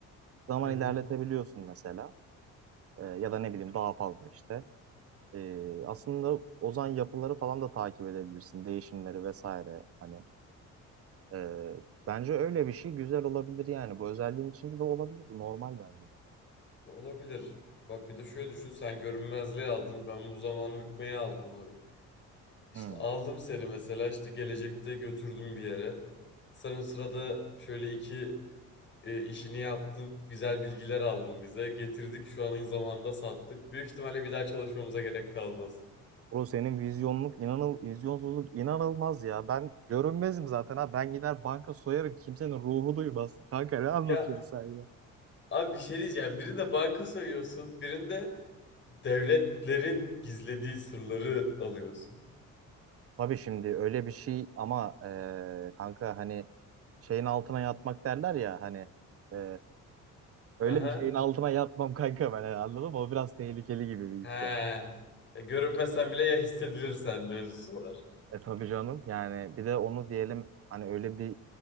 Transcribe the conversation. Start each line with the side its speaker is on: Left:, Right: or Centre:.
Right: zaman
Left: Hı hı.
Right: ilerletebiliyorsun mesela. E, ya da ne bileyim daha fazla işte. E, aslında ozan yapıları falan da takip edebilirsin. Değişimleri vesaire. Hani e, bence öyle bir şey güzel olabilir yani. Bu özelliğin içinde de olabilir. Bu normal bence.
Left: Olabilir. Bak bir de şöyle düşün sen görünmezliği aldın ben bu zamanı bükmeye aldım abi. İşte
Right: Hmm.
Left: aldım seni mesela işte gelecekte götürdüm bir yere. Sen o sırada şöyle iki e, işini yaptın güzel bilgiler aldın bize getirdik şu anın zamanında sattık. Büyük ihtimalle bir daha çalışmamıza gerek kalmaz.
Right: Bro senin vizyonluk, inanıl, vizyonsuzluk inanılmaz ya. Ben görünmezim zaten ha. Ben gider banka soyarım. Kimsenin ruhu duymaz. Kanka ne anlatıyorsun
Left: Ya
Right: sen ya?
Left: abi bir şey diyeceğim birinde banka soyuyorsun birinde devletlerin gizlediği sırları alıyorsun.
Right: Tabii şimdi öyle bir şey ama e, kanka hani şeyin altına yatmak derler ya hani e, öyle
Left: Aha.
Right: bir şeyin altına yatmam kanka ben yani, anladın mı? O biraz tehlikeli gibi bir
Left: He.
Right: iş yani.
Left: Ya Görünmesen bile ya hissedilirsen mevzusu var.
Right: E tabii canım yani bir de onu diyelim hani öyle bir